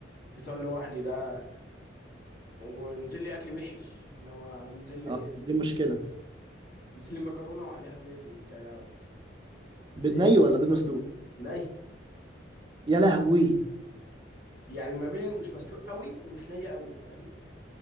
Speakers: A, on the left (about 75°); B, on the right (about 25°).
A: فطار لوحدي ده ونزل لي أكل وحش اللي هو نزل لي
B: اه دي مشكلة
A: نزل لي مكرونة وعليها بيض وبتاع
B: بيض
A: ايه
B: ني
A: يا
B: ولا بيض مسلوق
A: جماعة
B: يا لهوي
A: يعني ما بين مش مسلوق قوي ومش ني قوي فاهم